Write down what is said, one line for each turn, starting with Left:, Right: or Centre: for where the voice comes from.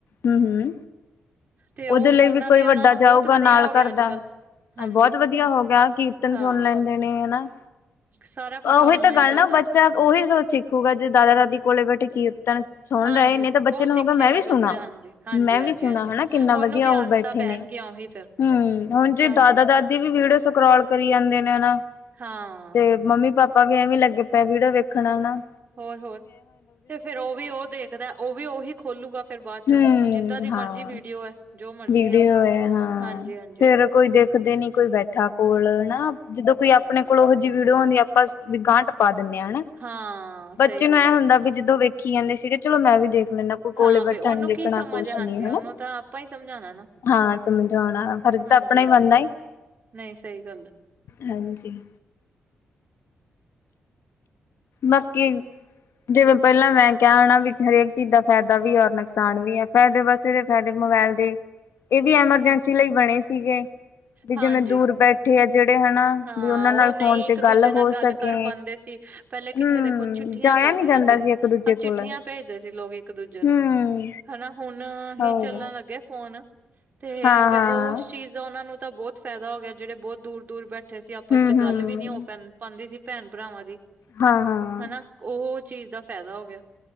Left: ਹੂੰ-ਹੂੰ।
Right: ਤੇ ਉਹ
Left: ਉਦੇ ਲਈ
Right: ਫੋਨਾਂ
Left: ਵੀ ਕੋਈ
Right: ਤੇ
Left: ਵੱਡਾ
Right: ਉਹਨਾਂ ਨੂੰ ਬਹੁਤ
Left: ਜਾਊਗਾ
Right: ਵਧੀਆ
Left: ਨਾਲ
Right: ਹੋ ਗਿਆ
Left: ਘਰ
Right: ਅੱਜ-ਕੱਲ
Left: ਦਾ
Right: ਹਾਂਜੀ
Left: ਬਹੁਤ ਵਧੀਆ ਹੋ ਗਿਆ, ਕੀਰਤਨ
Right: ਹਾਂ।
Left: ਸੁਣ ਲੈਂਦੇ ਨੇ ਹਨਾ
Right: ਸਾਰਾ ਕੁਛ
Left: ਉਹੀ
Right: ਔਨਲਾਈਨ
Left: ਤਾਂ ਗੱਲ
Right: ਚੱਲਦਾ
Left: ਨਾ ਬੱਚਾ
Right: ਅੱਜ-ਕੱਲ
Left: ਉਹੀ ਸਿੱਖੂਗਾ, ਜੋ ਦਾਦਾ-ਦਾਦੀ ਕੋਲੇ ਬੈਠੇ ਕੀਰਤਨ ਸੁਣ
Right: ਹਾਂਜੀ
Left: ਰਹੇ ਨੇ ਤਾਂ ਬੱਚੇ
Right: ਉਹ
Left: ਨੂੰ
Right: ਸਿੱਖੇਗਾ
Left: ਹੋਗਾ ਮੈਂ ਵੀ ਸੁਣਾ,
Right: ਬੱਚਾ ਹਾਂਜੀ। ਹਾਂਜੀ-ਹਾਂਜੀ-ਹਾਂਜੀ
Left: ਮੈਂ ਵੀ ਸੁਣਾ, ਹੈਨਾ ਕਿੰਨਾ
Right: ਉਹਨੂੰ
Left: ਵਧੀਆ
Right: ਵੀ
Left: ਹੋ
Right: ਆਦਤਾਂ
Left: ਬੈਠੇ
Right: ਪੈਣਗੀਆਂ
Left: ਨੇ
Right: ਉਹੀ ਫਿਰ
Left: ਹੂੰ ਹੁਣ ਜੇ
Right: ਹਾਂਜੀ
Left: ਦਾਦਾ ਦਾ ਦਾਦੀ ਵੀ ਵੀਡੀਓ, ਸਕਰਾਲ ਕਰੀ ਜਾਂਦੇ ਨੇ ਹੁਣ
Right: ਹਾਂ
Left: ਤੇ ਮੰਮੀ ਪਾਪਾ ਆਪਾਂ ਵੀ ਐਵੇਂ ਲੱਗੇ ਪਏ ਵੀਡੀਓ ਵੇਖਣਾ ਹਨਾ।
Right: ਹੋਰ-ਹੋਰ ਤੇ ਫੇਰ ਉਹ ਵੀ ਉਹ ਦੇਖਦਾ, ਉਹ ਵੀ ਉਹੀ ਖੋਲੂਗਾ, ਫੇਰ ਬਾਅਦ ਚੋਂ
Left: ਹੂੰ
Right: ਉਹ ਜਿੱਦਾਂ ਦੀ
Left: ਹਾਂ
Right: ਮਰਜ਼ ਜੀ ਵੀਡੀਓ ਹੈ। ਜੋ ਮਰਜ਼ੀ
Left: ਵੀਡੀਓ
Right: ਹੈ ਉਹ
Left: ਐ ਹਾਂ।
Right: ਹਾਂਜੀ ਹਾਂਜੀ
Left: ਫੇਰ ਕੋਈ ਦੇਖਦੇ, ਨੀ ਕੋਈ ਬੈਠਾ ਕੋਲ ਹਨਾ, ਜਦੋਂ ਕੋਈ ਆਪਣੇ ਕੋਲ ਉਹ ਵੀਡੀਓ ਹੁੰਂਦੀ ਆਪਾਂ ਵੀ ਗਹਾ ਪਾ ਦਿੰਦੇ ਹਾਂ ਹਨਾ,
Right: ਹਾਂ
Left: ਬੱਚੇ
Right: ਸਹੀ
Left: ਨੂੰ
Right: ਗੱਲ
Left: ਇਹ
Right: ਹੈ
Left: ਹੁੰਦਾ ਵੀ ਜਦੋਂ ਵੇਖ ਕੀ ਕਹਿੰਦੇ ਸੀਗੇ, ਚਲੋ ਮੈਂ ਵੀ ਦੇਖ ਲੈਂਦਾ। ਕੋਈ ਕੋਲੇ
Right: ਹਾਂ
Left: ਬੈਠਾ
Right: ਵੀ ਉਹਨੂੰ
Left: ਨੀ ਦੇਖਣਾ
Right: ਕੀ ਸਮਝ
Left: ਕੁਛ
Right: ਹੈ, ਹਾਂਜੀ
Left: ਨੀ ਹਨਾ
Right: ਉਹਨੂੰ ਤਾਂ ਆਪਾਂ ਹੀ ਸਮਝਾਉਣਾ ਨਾ।
Left: ਹਾਂ ਸਮਝਾਣਾ ਫਰਜ਼
Right: ਹਾਂਜੀ
Left: ਤਾਂ ਆਪਣਾ ਹੀ
Right: ਹਾਂਜੀ
Left: ਬਣਦਾ
Right: ਨਹੀਂ ਸਹੀ ਗੱਲ ਹੈ
Left: ਹਾਂਜੀ। ਬਾਕੀ ਜਿਵੇਂ ਪਹਿਲਾਂ ਮੈਂ ਕਿਹਾ ਹਣਾ ਵੀ ਹਰੇਕ, ਚੀਜ਼ ਦਾ ਫਾਇਦਾ ਵੀ ਔਰ ਨੁਕਸਾਨ ਵੀ ਹੈ ਫਾਇਦੇ ਵਸੇ ਕਦੇ ਮੋਬਾਇਲ ਦੇ ਇਹ ਵੀ ਐਮਰਜੈਂਸੀ ਲਈ ਬਣੇ ਸੀਗੇ। ਵੀ
Right: ਹਾਂਜੀ
Left: ਜਿਵੇਂ ਦੂਰ ਬੈਠੇ ਆ ਜਿਹੜੇ ਹਨਾ।
Right: ਹਾਂ
Left: ਵੀ ਉਹਨਾਂ ਨਾਲ
Right: ਉਹ ਨਹੀਂ,
Left: ਫੋਨ
Right: ਇੱਕ
Left: ਤੇ
Right: ਦੂਜੇ ਨਾਲ
Left: ਹੋ
Right: ਗੱਲ
Left: ਸਕੇ
Right: ਕਰ ਪਾਦੇ ਸੀ। ਪਹਿਲੇ ਕਿੱਥੇ
Left: ਹਮ
Right: ਦੇਖੋ ਚਿੱਠੀਆਂ
Left: ਜਾਇਆ
Right: ਚੱਲਦੀਆਂ
Left: ਨੀ ਜਾਂਦਾ
Right: ਸੀ,
Left: ਇੱਕ ਦੂਜੇ
Right: ਆਹ
Left: ਕੋਲ
Right: ਚਿੱਠੀਆਂ ਭੇਜਦੇ ਸੀ, ਲੋਕ ਇੱਕ ਦੂਜੇ ਨੂੰ
Left: ਹਮ
Right: ਹਨਾ, ਹੁਣ ਹੀ
Left: ਹੋਰ
Right: ਚੱਲਣ ਲੱਗੇ ਫੋਨ। ਤੇ
Left: ਹਾਂ ਹਾਂ
Right: ਉਹ ਉਸ ਚੀਜ਼ ਦਾ ਉਹਨਾਂ ਨੂੰ ਤਾਂ ਬਹੁਤ ਫ਼ਾਇਦਾ ਹੋ ਗਿਆ, ਜਿਹੜੇ ਬਹੁਤ ਦੂਰ ਦੂਰ ਬੈਠ ਬਠੇ ਸੀ ਆਪਸ
Left: ਹਮ
Right: ਚ
Left: ਹਮ
Right: ਗੱਲ ਵੀ ਨੀ ਹੋ ਪੈ ਪਾਦੀ ਸੀ, ਭੈਣ ਭਰਾਵਾਂ ਦੀ
Left: ਹਾਂ ਹਾਂ
Right: ਹਨਾ, ਉਹ ਚੀਜ਼ ਦਾ ਫਾਇਦਾ ਹੋ ਗਿਆ।